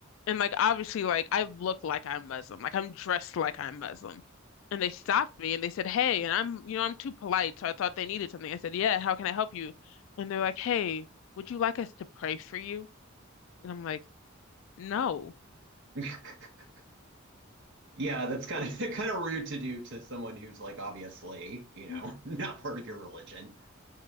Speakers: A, on the left; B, on the right.
A: and like obviously like I look like I'm Muslim, like I'm dressed like I'm Muslim, and they stopped me and they said, "Hey," and I'm you know I'm too polite, so I thought they needed something. I said, "Yeah, how can I help you?" And they're like, "Hey, would you like us to pray for you?" And I'm like, "No."
B: <laughs> Yeah, that's kind of <laughs> kind of rude to do to someone who's like obviously, you know,
A: <laughs>
B: <laughs> not part of your religion.